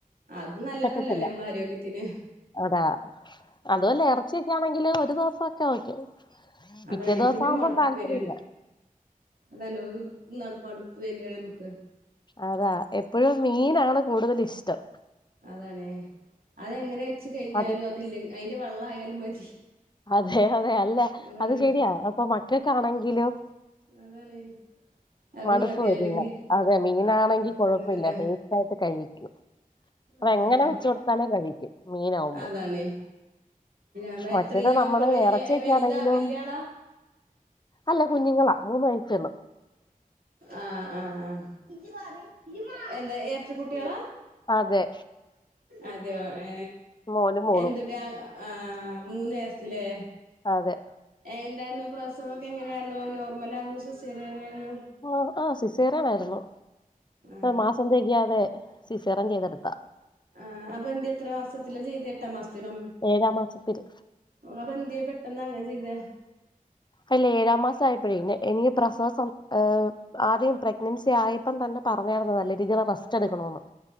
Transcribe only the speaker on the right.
അത് നല്ലതല്ലല്ലേ
നമ്മളാരോഗ്യത്തിന്
അതാണ്
പിന്നെ
മടുപ്പ്
വരെയാണ് അതന്നെഒന്ന് തിന്നണ്ട് മടുപ്പ് വരാണ് നമക്ക്
അതാണേ അതെങ്ങനെ വെച്ച് കയിഞ്ഞാലും
അതില്ല അതിന്റെ വെള്ളയാലും മതി
അതാണ്
അതാണ് അത്
മതി
അല്ലെങ്കി
അതാണ് മടക്ക്
വരൂല
ആഹ്
അതാണ് അപ്പൊ
എത്രയില
മക്കൾ വല്യ
വലുതാ വല്യ ആളാ
ആഹ് ആ ഹ് ആഹ് എന്താ എരട്ട കുട്ടികളാ
അതെയോ ഏ
എന്തട്ട് ആഹ് മൂന്ന് വയസ്സിലെ
എന്തായിരുന്നു പ്രസവക്കെ എങ്ങനെയ ആയിരുന്നു നോർമലയിരുന്നു സിസേറിയനായിരുന്നു
ആഹ്
ആഹ് അപ്പൊ എന്ത് എത്ര മാസത്തില ചെയ്തേ എട്ടാം മാസത്തിലൊ
ഉം അപ്പെന്തിയെ പെട്ടെന്നങ്ങനെ ചെയ്ത